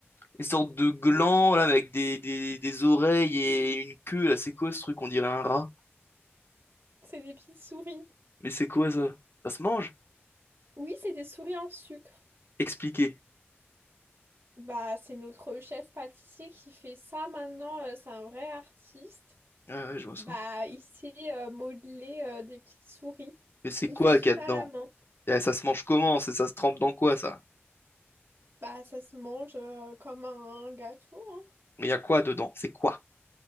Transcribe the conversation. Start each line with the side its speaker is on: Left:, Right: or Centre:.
Left: les sortes de glands, là, avec des, des, des oreilles et une queue, là, c'est quoi ce truc? On dirait un rat.
Right: C'est des petites souris.
Left: Mais c'est quoi, ça? Ça se mange?
Right: Oui, c'est des souris en sucre.
Left: Expliquez.
Right: Bah, c'est notre chef pâtissier qui fait ça maintenant. euh, c'est un vrai artiste.
Left: Ah ouais, je vois ça.
Right: Bah, il sait euh, modeler euh, des petites souris.
Left: Mais c'est
Right: Il
Left: quoi
Right: fait tout
Left: qu'il y a dedans?
Right: ça à la main.
Left: Eh, ça se mange comment? C'est- Ça se trempe dans quoi, ça?
Right: Bah, ça se mange euh, comme un, un gâteau, hein.
Left: Mais il y a quoi dedans? C'est quoi?